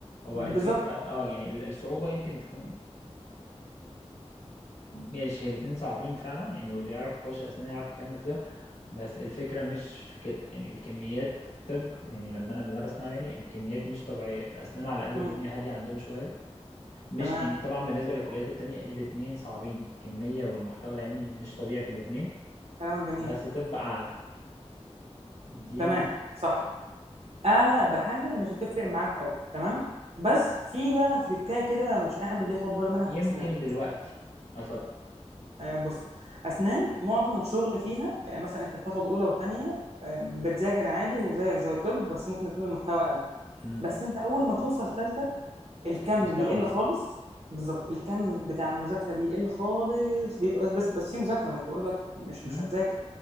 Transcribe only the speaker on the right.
بالظبط
مم.
تمام
كلامك جميل
تمام
صح اعلى بحاجه مش هتفرق معاك قوي تمام بس في بقى تريكايه كده مش اي حد بياخد باله منها
في اسنان
آه، بص اسنان معظم الشغل فيها يعني مثلا انت بتاخد اولى وثانيه بتذاكر عادي وزيك زي طب بس ممكن يكون المحتوى اقل
بس انت اول ما توصل ثالثه الكم
بيقل خالص بالظبط الكم بتاع المذاكره بيقل خالص بيبقى بس بس, بس في مذاكره مش بقول لك مش
مش هتذاكر